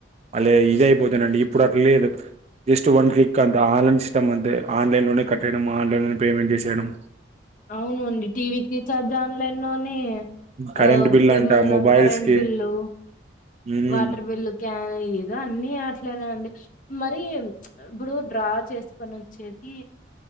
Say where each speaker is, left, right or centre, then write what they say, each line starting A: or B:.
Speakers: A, on the right; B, on the left.
A: అలే ఇది అయిపోతేనండి ఇప్పుడు అట్లా లేదు జస్ట్ వన్ క్లిక్ అంతే ఆన్లైన్ సిస్టమ్ అంతే ఆన్లైన్ లోనే కట్టేయడం ఆన్లైన్ లోనే పేమెంట్ చేసేయడం
B: అవును అండి టీవీకి రీఛార్జ్ ఆన్లైన్ లో నే
A: కరెంట్
B: ఆ
A: బిల్
B: ఏమన్నా
A: అంట మొబైల్స్
B: కరెంట్
A: కి
B: బిల్లు
A: హ్మ్
B: వాటర్ బిల్లు క్యాన్ ఏ దో అన్ని అట్లానే అండి మరి ఇప్పుడు డ్రా చేసుకొనొచ్చేది